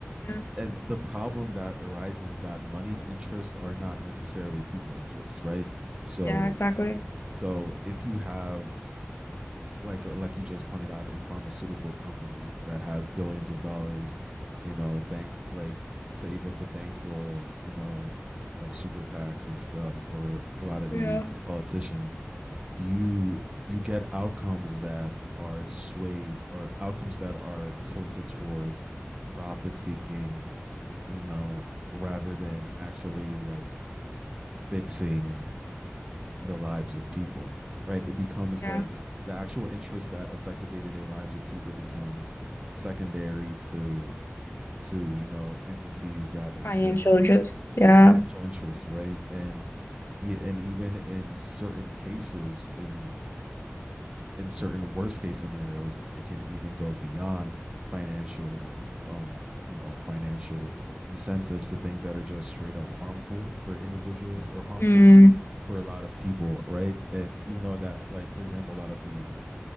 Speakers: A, on the left; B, on the right.
A: yeah,
B: and the problem that arises is that moneyed interests are not necessarily people interests, right? So
A: Yeah, exactly.
B: so if you have like uh, like you just pointed out, a pharmaceutical company that has billions of dollars, you know, bank like to able to bankroll, you know, like super PACs and stuff for a lot of
A: yeah.
B: these politicians, you you get outcomes that are swayed or outcomes that are tilted towards profit seeking, you know, rather than actually like fixing the lives of people, right? It becomes
A: Yeah.
B: like the actual interests that affect the day-to-day lives of people becomes secondary to to you know entities that exist
A: Financial interests. Yeah.
B: financial interests right and e- and even in certain cases in in certain worst case scenarios, it can even go beyond financial, um, you know, financial incentives to things that are just straight up harmful for individuals or harmful
A: Mm,
B: for for a lot of people, right? And even though that, like for example, a lot of the